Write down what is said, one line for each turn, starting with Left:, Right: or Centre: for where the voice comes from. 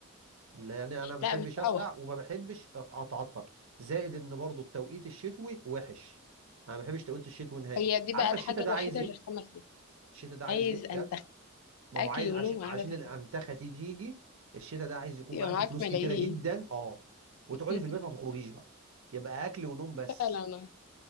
Right: لان انا ما
Left: لا
Right: بحبش
Left: مش
Right: اسقع
Left: أوح
Right: وما بحبش أت- اتعطل زائد ان برضو التوقيت الشتوي وحش انا ما بحبش توقيت الشتوي نهائي
Left: هي دي
Right: عارفه
Left: بقى الحاجة
Right: الشتاء ده
Left: الوحيدة
Right: عايز ايه
Left: الرخامة فيها
Right: الشتاء ده عايز
Left: عايز
Right: ايه
Left: أنتخ
Right: بجد ما
Left: أكل
Right: هو عايز
Left: ونوم
Right: عشان
Left: وقاعدة
Right: عشان
Left: تحت
Right: الانتخه دي تيجي الشتاء ده عايز يكون
Left: الكرسي
Right: معاكي
Left: معاك
Right: فلوس
Left: ملايين
Right: كتيره جدا اه وتقعدي
Left: <laughs>
Right: في البيت ما تخرجيش بقى يبقى اكل ونوم بس
Left: فعلا آه.